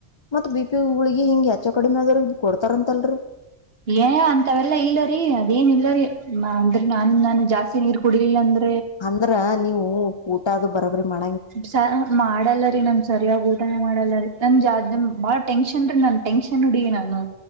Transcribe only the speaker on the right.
ಏ ಅಂತವೆಲ್ಲಾ ಇಲ್ಲರಿ ಅದೇನ ಇಲ್ಲರಿ ಅಂದ್ರೆ ನಾನ್ ನಾನು ಜಾಸ್ತಿ ನೀರ್ ಕುಡಿಲಿಲ್ಲ ಅಂದ
ಸ ಮಾಡಲ್ಲ ನಮ ಸರಿಯಾಗಿ ಊಟನೇ ಮಾಡಲ್ಲರಿ ನನ್ ಜ ಬಾಳ ಟೆನ್ಷನ್ ರೀ ನನ್ ಟೆನ್ಷನ್ ನಡಿ ನಾನು